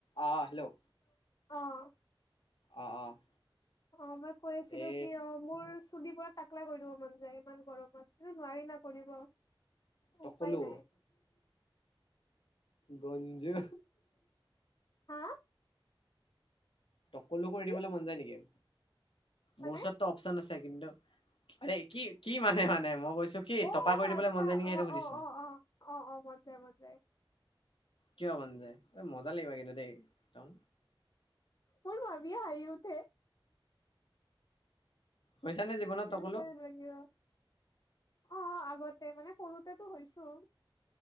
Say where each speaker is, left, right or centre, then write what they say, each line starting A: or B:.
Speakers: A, on the left (about 70°); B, on the left (about 45°).
A: অ' hello?
B: অ'।
A: অ', অ'।
B: অ', মই কৈ আছিলো
A: এ
B: কি অ' মোৰ চুলি পৰা তাকলা কৰি দিব মন যায় ইমান গৰমত কিন্তু নোৱাৰি ন' কৰিব।
A: টকলো
B: উপায় নাই
A: বঞ্জো
B: হা
A: তকলো কৰি
B: কি
A: দিবলৈ মন যায় নেকি?
B: মানে
A: মোৰ ওচৰততো অপচন আছে কিন্তু আ কি কি মানে মানে মই কৈছো কি
B: অ'
A: টপা কৰি দিবলৈ
B: আচ্ছা
A: মন যায় নেকি সেইটো
B: অ'
A: সুধিছো
B: অ' অ' অ' অ' অ' মন যায় মনায়।
A: কিয় মন যায় এই মজা লাগিব কিন্তু দেই একদম
B: মোৰ ভাবি হাঁহি উঠে।
A: হৈছানে জীৱনত
B: কেনেকা
A: টকলো
B: লাগিব? অ', আগতে মানে সৰুতেটো হৈছো।